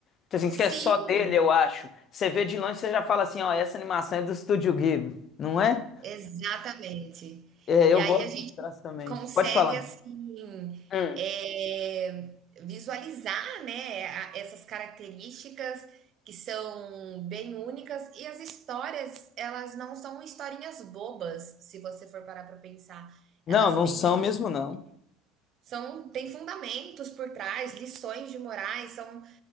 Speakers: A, on the left; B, on the right.
A: Então, Assim,
B: Sim,
A: que é só dele, eu acho. Você vê de longe, você já fala assim, ó, essa animação é do Estúdio Ghibli, não é?
B: exatamente.
A: É,
B: E
A: eu
B: aí
A: gosto
B: a
A: do
B: gente
A: traço também.
B: consegue
A: Pode falar.
B: assim,
A: Hum.
B: eh, visualizar, né, a- essas características que são bem únicas e as histórias, elas não são historinhas bobas, se você for parar para pensar.
A: Não,
B: Elas
A: não
B: têm
A: são
B: muito
A: mesmo, não.
B: são, tem fundamentos por trás, lições de morais, são,